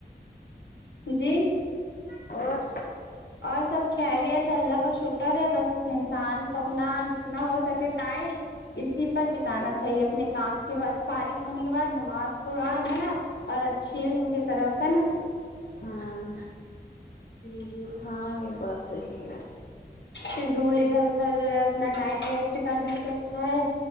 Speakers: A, on the left (about 75°); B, on the left (about 50°).
A: جی
B: اور
A: اور سب خیریت ہے اللہ کا شکر ہے بس انسان کو اپنا جتنا ہو سکے ٹائم اسی پر بتانا چاہیے اپنے کام کے بعد فارغ ہونے کے بعد نماز قران ہے نا اور اچھے علم کی طرف ہے نا
B: ہاں
A: جی جی
B: ہاں بات صحیح ہے
A: فضول ادھر ادھر اپنا ٹائم ویسٹ کرنے سے اچھا ہے